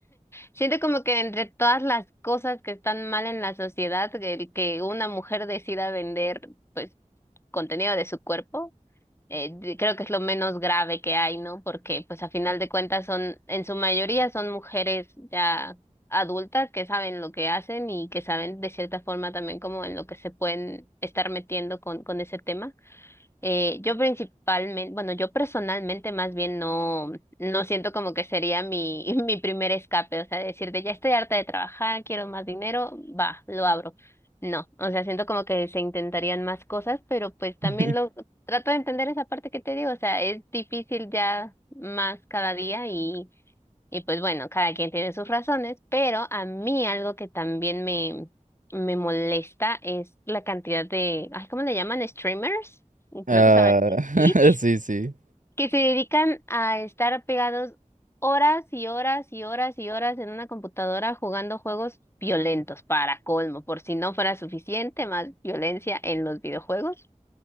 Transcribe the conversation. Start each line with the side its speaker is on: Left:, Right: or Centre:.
Left: Siento como que entre todas las cosas que están mal en la sociedad, el que una mujer decida vender, pues, contenido de su cuerpo, eh, de- creo que es lo menos grave que hay, ¿no? Porque, pues, a final de cuentas son, en su mayoría son mujeres ya adultas que saben lo que hacen y que saben de cierta forma también como en lo que se pueden estar metiendo con, con ese tema. Eh, yo principalmente, bueno, yo personalmente más bien no, no siento como que sería mi, <laughs> mi primer escape, o sea, decirte, ya estoy harta de trabajar, quiero más dinero, va, lo abro. No, o sea, siento como que se intentarían más cosas, pero pues también
Right: <laughs>
Left: lo trato de entender esa parte que te digo, o sea, es difícil ya más cada día y y pues bueno, cada quien tiene sus razones, pero a mí algo que también me, me molesta es la cantidad de, ay, ¿cómo le llaman? Streamers,
Right: Ah,
Left: creo que se llama en
Right: <laughs>
Left: Twitch,
Right: sí, sí.
Left: que se dedican a estar pegados horas y horas y horas y horas en una computadora jugando juegos violentos, para colmo, por si no fuera suficiente, más violencia en los videojuegos.